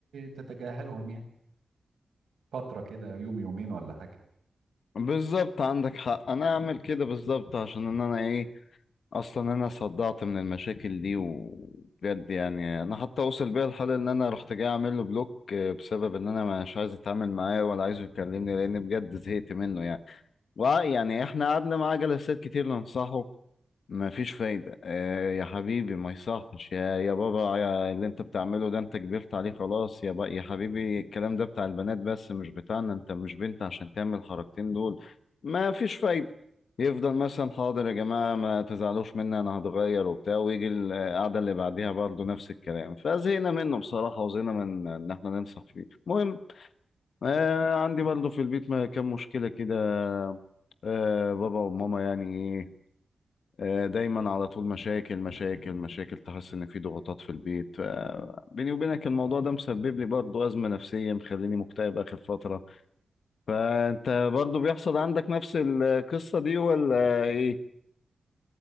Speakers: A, on the right; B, on the left.
A: تتجاهلهم يعني فتره كده يوم يومين ولا حاجه
B: بالظبط عندك حق انا اعمل كده بالظبط عشان ان انا ايه اصلا انا صدعت من المشاكل دي وبجد يعني انا حتى وصل بيا الحال ان انا رحت جاي اعمل له بلوك آه، بسبب ان انا مش عايز اتعامل معاه ولا عايزه يكلمني لان بجد زهقت منه يعني وع- يعني احنا قعدنا معاه جلسات كتير ننصحه ما فيش فايدة آه يا حبيبي ما يصحش يا يا بابا يا اللي انت بتعمله ده انت كبرت عليه خلاص يا بقى يا حبيبي الكلام ده بتاع البنات بس مش بتاعنا انت مش بنت عشان تعمل الحركتين دول ما فيش فايدة يفضل مثلا حاضر يا جماعة ما تزعلوش مني انا هتغير وبتاع ويجي القعدة اللي بعديها برضه نفس الكلام فزهقنا منه بصراحة وزهقنا من ان احنا ننصح فيه المهم آه عندي برضه في البيت ما- كام مشكلة كده آه بابا وماما يعني إيه، آه، دايما على طول مشاكل مشاكل مشاكل تحس ان في ضغوطات في البيت آه، بيني وبينك الموضوع ده مسبب لي برضو ازمه نفسيه مخليني مكتئب اخر فتره فانت برضو بيحصل عندك نفس القصه دي ولا ايه